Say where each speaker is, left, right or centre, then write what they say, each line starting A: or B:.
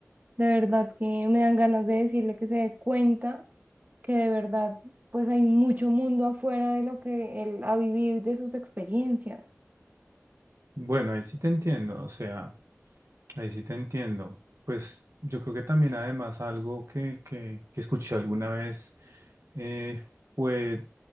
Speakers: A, on the right; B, on the right.
A: De verdad que me dan ganas de decirle que se dé cuenta que de verdad pues hay mucho mundo afuera de lo que él ha vivido y de sus experiencias.
B: Bueno, ahí sí te entiendo, o sea, ahí sí te entiendo. Pues yo creo que también además algo que, que, que escuché alguna vez eh, fue